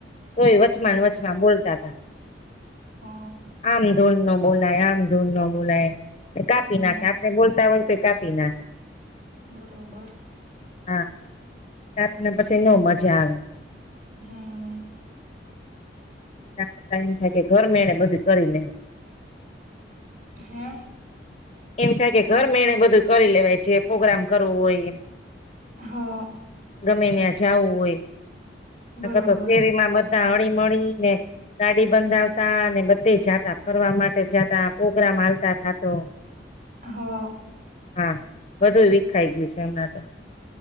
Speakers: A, on the left; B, on the right.
A: તોય વચમાં
B: બરોબર
A: વચમાં બોલતા હતા.
B: હા
A: આમ ધૂન નો બોલાય. આમ ધૂન નો બોલાય. નઈ કાપી
B: હમ
A: નાખે આપડે બોલ <unintelligible> કાપી નાખે.
B: બરોબર.
A: હા તે અપને પછી નો મજા આવે.
B: હમ્મ
A: એના કરતા એમ થાય કે ઘર મેળ બધું કરી લેવું
B: હે.
A: એમ થાય કે ઘર મેળે બધું કરી લેવાય છે પ્રગ્રામ કરવું હોય.
B: હા.
A: ગમે ત્યાં જવું હોય.
B: બરોબર
A: નકર તો શેરી માં બધા. બધા હળીમીને ગાડી બંધાવતા અને બધે જાતા ફરવા માટે જાતા પ્રગ્રામ હાલતા થાતો
B: હા.
A: હા બધું વિીખાઈ ગયું છે હમણાં તો.